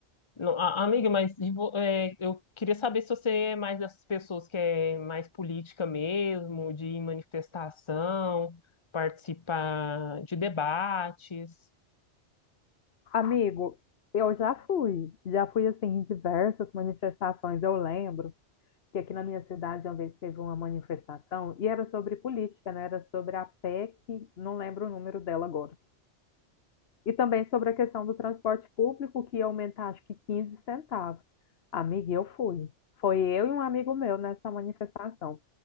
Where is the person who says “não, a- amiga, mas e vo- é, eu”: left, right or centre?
Left